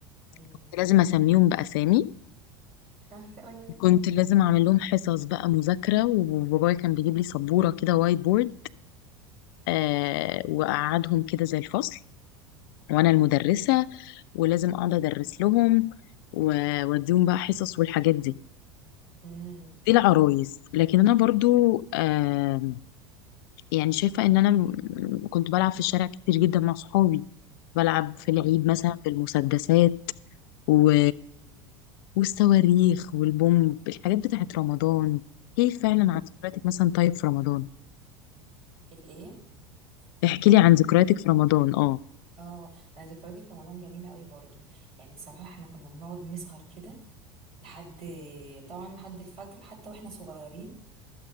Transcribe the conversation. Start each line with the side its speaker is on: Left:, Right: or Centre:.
Right: امم
Left: كنت لازم اسميهم بأسامي
Right: <laughs> انا كمان
Left: كنت لازم اعمل لهم حصص بقى مذاكرة وبابايا كان بيجيب لي سبورة كده وايت بورد آه وأقعدهم كده زي الفصل وانا المدرسة ولازم اقعد ادرس لهم و- واديهم بقى حصص والحاجات دي
Right: امم
Left: دي العرايس لكن انا برضو آه يعني شايفه ان انا م- كنت بلعب في الشارع كتير جدا مع صحابي بلعب
Right: اوكي
Left: في العيد مثلا بالمسدسات و... والصواريخ والبومب الحاجات بتاعت رمضان كيف فعلا
Right: امم
Left: عن ذكرياتك مثلا طيب في رمضان
Right: الايه
Left: احكي
Right: رمضان
Left: لي عن ذكرياتك في رمضان اه
Right: اه انا ذكرياتي في رمضان جميله قوي برضو يعني صراحه احنا كنا بنقعد نسهر كده لحد طبعا لحد الفجر حتى واحنا صغيرين